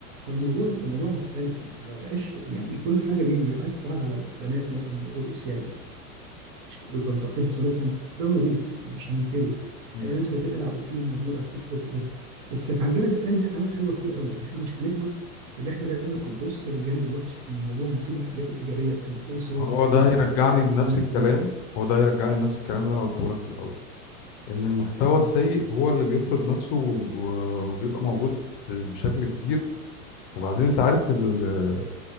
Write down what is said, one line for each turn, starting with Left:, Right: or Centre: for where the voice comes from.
Right: فالموضوع الموضوع مختلف يعني ما بقاش يعني كل حاجه ليه اللي عايز تتفرج على بنات مثلا بترقص يعني وتنتقدوا سلوكهم ده موجود يعني مش هننكره
Left: مم.
Right: آه، ناس بتقلع اوكي موجود على التيك توك وغيرها بس على الجانب التاني في حاجات حلوه كتير قوي يعني احنا مشكلتنا اللي احنا دايما بنبص للجانب الوحش من الموضوع ونسيب الحاجات الايجابيه التانيه كورسات
Left: هو
Right: لغه
Left: ده هيرجعني
Right: آه، تتعلم
Left: لنفس الكلام
Right: حاجات
Left: هو ده هيرجعني لنفس الكلام اللي انا قلته لك في الاول ان المحتوى
Right: مم.
Left: السيء هو اللي بيفرض نفسه و- وبيبقى موجود بشكل كبير وبعدين انت عارف ال-